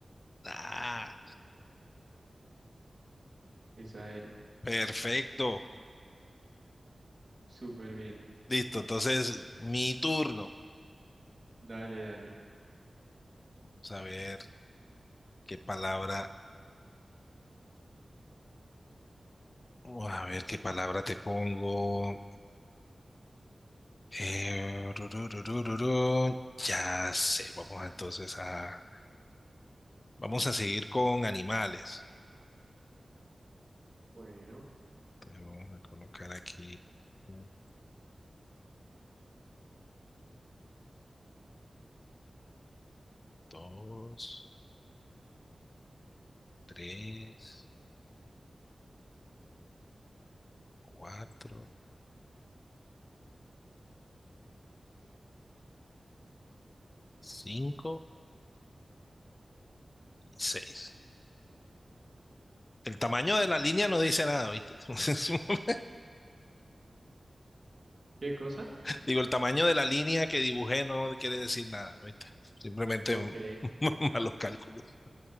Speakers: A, on the left; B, on the right.
A: Ah.
B: Esa era.
A: Perfecto.
B: Súper bien.
A: Listo. Entonces, mi turno.
B: Dale, dale.
A: Vamos a ver qué palabra, oh, a ver qué palabra te pongo. Eh, ru, ru, ru, ru, ru, ru. Ya sé. Vamos entonces a, vamos a seguir con animales.
B: Bueno,
A: Entonces, vamos a colocar aquí un, dos, tres, cuatro, cinco y seis. El tamaño de la línea no dice nada, ¿viste? <laughs>
B: ¿qué cosa?
A: Digo, el tamaño de la línea que dibujé no quiere decir nada, ¿viste? Simplemente
B: Ok,
A: un, <laughs> malos cálculos.